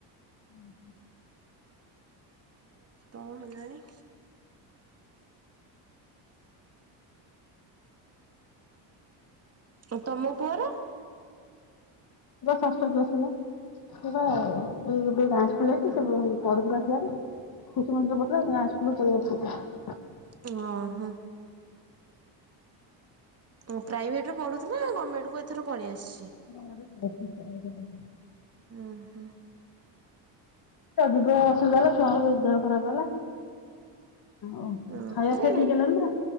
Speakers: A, on the left; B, on the right.
A: ଉଁ ହୁଁ।
B: ଅଷ୍ଟମ ହେଲାଣି। ଆଉ ତମ ପୁଅର।
A: ଷଷ୍ଠ କ୍ଲାସ ହେଲା। ଏବେ ଗାଁ ସ୍କୁଲ ଆସିଛି ସେ ପଢୁ ଥିଲା ସିଆଡେ। କିଛି ମିର ପଁ ସ୍କୁଲୁ ପଢେଇ ଆସ <unintelligible>
B: ଅ ହଁ। ତ ପ୍ରାଇଭେଟ୍ରରେ ପଢ଼ୁଥିଲା ଗର୍ଣ୍ଣମେଣ୍ଟକୁ ଏଥର ପଳିଆସିଛି।
A: ହ <unintelligible>
B: ଉହୁଁ।
A: ସବୁ ଗ ଅସୁବିଧା ହେଲା ଛୁଆର ବି ଦେହ ଖରାପ ହେଲା ଓ
B: ଓହୋ
A: ଖାଇବା ପିଇବା ଠିକହେଲାନି